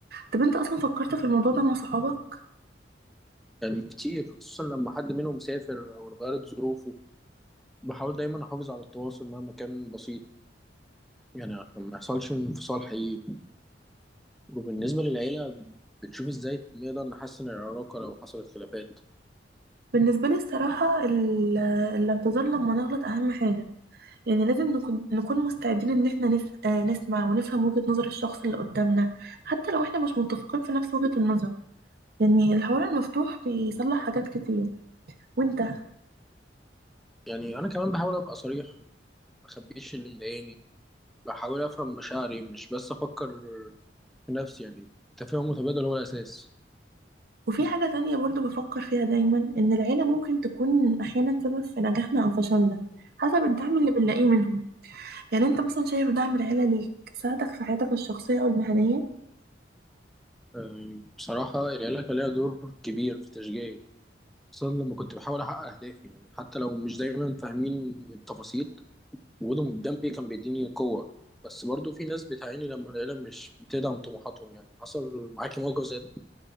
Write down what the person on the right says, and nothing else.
طب أنت أصلا فكرت في الموضوع ده مع صحابك؟
بالنسبة لي الصراحة ال- الاعتذار لما نغلط أهم حاجة يعني لازم نكون نكون مستعدين إن احنا نس... آه، نسمع ونفهم وجهة نظر الشخص اللي قدامنا حتى لو احنا مش متفقين في نفس وجهة النظر يعني الحوار المفتوح بيصلح حاجات كتير وانت
وفي حاجة تانية برضو بفكر فيها دايما إن العيلة ممكن تكون أحيانا سبب في نجاحنا أو فشلنا حسب الدعم اللي بنلاقيه منهم يعني انت مثلا شايف دعم العيلة ليك ساعدك في حياتك الشخصية او المهنية